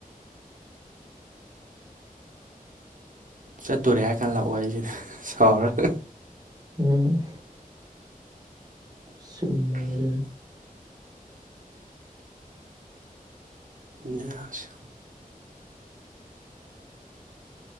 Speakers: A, on the right (about 60°); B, on the right (about 25°).
A: ꯆꯠꯇꯣꯔꯦ ꯍꯥꯏ ꯈꯜꯂꯥꯛꯑꯣ ꯑꯩꯁꯤ ꯁꯥꯎꯔꯒ
B: ꯎꯝ ꯆꯨꯝꯃꯤ
A: <inaudible>
B: ꯃꯗꯨꯁꯨ
A: ꯉꯥꯛꯁ